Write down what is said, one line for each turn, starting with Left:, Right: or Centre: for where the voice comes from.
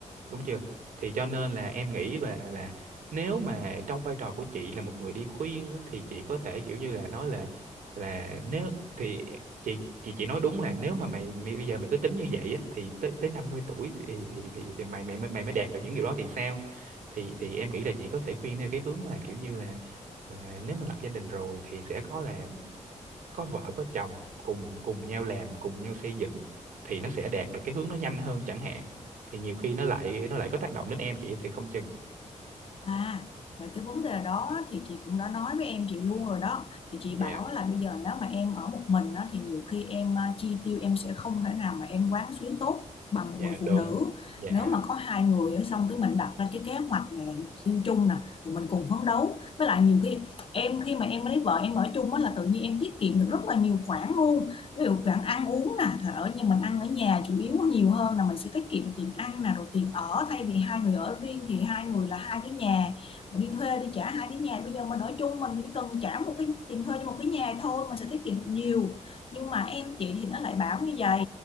Right: đúng chưa thì cho nên là em nghĩ về là nếu mà trong vai trò của chị là một người đi khuyên á, thì chị có thể kiểu như là nói là là nếu thì chị chị chị nói đúng là nếu mà mày, mày bây giờ mày cứ tính như vậy á, thì tới tới 50 tuổi thì thì thì, thì mày mày mày mới đạt được những điều đó thì sao thì thì em nghĩ là chị có thể khuyên theo cái hướng là kiểu như là là nếu mà lập gia đình rồi thì sẽ có là có vợ có chồng cùng cùng nhau làm cùng nhau xây dựng thì nó sẽ đạt được cái hướng nó nhanh hơn chẳng hạn thì nhiều khi nó lại nó lại có tác động đến em chị thì không chừng
Left: À, về cái vấn đề đó thì chị cũng đã nói với em chị luôn rồi đó. Thì chị
Right: dạ
Left: bảo là bây giờ nếu mà em ở một mình á, thì nhiều khi em à, chi tiêu em sẽ không thể nào mà em quán xuyến tốt bằng một
Right: dạ
Left: người phụ
Right: đúng
Left: nữ.
Right: dạ
Left: Nếu mà có hai người á, xong cái mình đặt ra cái kế hoạch này chung chung nè, rồi mình cùng phấn đấu. Với lại nhiều khi em khi mà em lấy vợ em ở chung á là tự nhiên em tiết kiệm được rất là nhiều khoản luôn ví dụ bạn ăn uống nè thật ở nhà mình ăn ở nhà chủ yếu nhiều hơn là mình sẽ tiết kiệm được tiền ăn nè rồi tiền ở thay vì hai người ở riêng thì hai người là hai cái nhà mình đi thuê đi trả hai cái nhà bây giờ mình ở chung mình chỉ cần trả một cái tiền thuê cho một cái nhà thôi mình sẽ tiết kiệm được nhiều nhưng mà em chị thì nó lại bảo như vậy